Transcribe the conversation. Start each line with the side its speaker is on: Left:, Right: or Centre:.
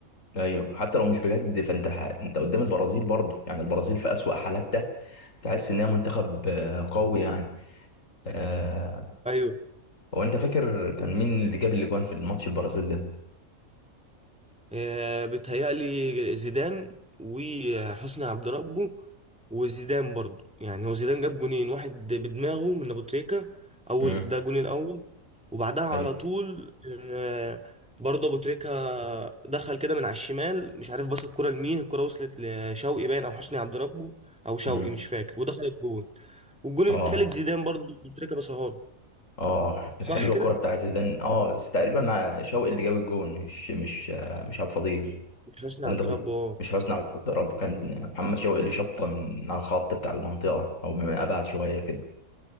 Left: ايوه حتى لو مش بجد فانت ح- انت قدام البرازيل برضو يعني البرازيل في اسوأ حالاتها تحس ان هي منتخب آه، قوي يعني آه،
Centre: ايوه
Left: هو انت فاكر كان مين اللي جاب الاجوان في الماتش البرازيل ده
Centre: آه، بيتهيألي زيدان وحسني عبد ربه وزيدان برضو يعني هو زيدان جاب جونين واحد بدماغه من ابو تريكة اول
Left: امم
Centre: ده الجون الاول وبعدها على
Left: ايوه
Centre: طول آه، برضه ابو تريكة دخل كده من على الشمال مش عارف باص الكرة لمين الكرة وصلت لشوقي باين او حسني عبد ربه او شوقي
Left: امم
Centre: مش فاكر ودخل الجون والجون
Left: اه
Centre: التالت زيدان برضه ابو تريكة باصها له
Left: اه كانت
Centre: صح
Left: حلوه
Centre: كده
Left: الكوره بتاعت زيدان اه بس تقريبا مع شوقي اللي جاب الجون مش مش آه، مش عبد الفضيل
Centre: مش حسني
Left: ولا
Centre: عبد
Left: انت كنت-
Centre: ربه اه
Left: مش حسني عبد الرب كان محمد شوقي اللي شطه من على الخط بتاع المنطقه او من ابعد شويه كده